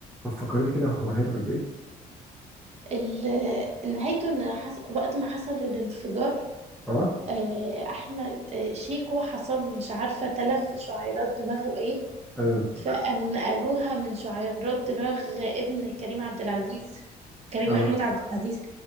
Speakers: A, in the centre; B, on the right.
A: فكرني كده هو نهايته كانت ايه؟
B: ال- نهايته ان حص... وقت ما حصل الانفجار
A: اه
B: آه، احمد آه، شيكو حصل مش عارفه تلف شعيرات دماغه ايه
A: ايوه
B: فقاموا نقلوها من شعيرات دماغ ابن كريم عبد العزيز كريم
A: اه
B: محمود عبد العزيز